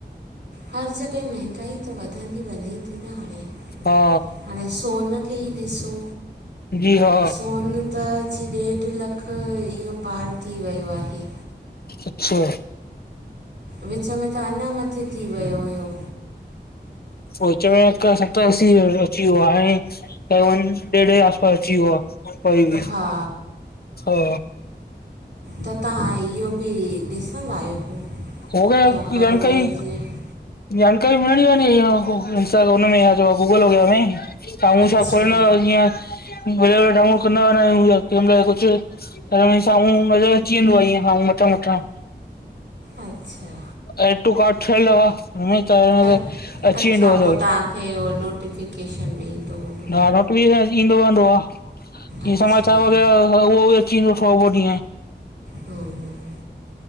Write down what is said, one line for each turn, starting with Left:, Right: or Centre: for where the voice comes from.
Right: हर जॻह महांगाई त वधंदी वञे थी न हाणे
Left: हा
Right: हाणे सोन खे ई ॾिसो
Left: जी हा
Right: सोन त अची ॾेढु लख ईअं पार थी वियो आहे
Left: अच्छा
Right: विच में त अञा मथे थी वियो हुयो
Left: विच में हिकु सतर असी अची वियो हाणे डेढ जे आस पास अची वियो आ कोई बि
Right: हा
Left: हा
Right: त तव्हां इहो बि ॾिसंदा आहियो
Left: होगया
Right: वापार
Left: की जानकारी
Right: में जीअं
Left: जानकारी मिलणी आहे नी हुन में आ जो गूगल वग़ैरह में सामहूं
Right: अच्छा
Left: छा खोलंदाअं जिअं डाउनलोड कंदा व आहियूं कंहिमल कुझु त साम्हूं नज़र अची वेंदो आहे ईअं साम्हूं मथां-मथां
Right: अच्छा
Left: ए टू कार्ड ठयल अहव, हूंए त ईन
Right: अ
Left: ते अची
Right: अच्छा
Left: वेंदो आ
Right: पोइ
Left: सब
Right: तव्हांखे उहो नोट टिफिकेशन में ईंदो हूंदो
Left: हा नोटिफिकेशन ईंदो वहदो आ ईंअ
Right: अच्छा
Left: समाचार वगैरह उहो चीनो थोड़ो उहो ॾींह आ,
Right: हम्म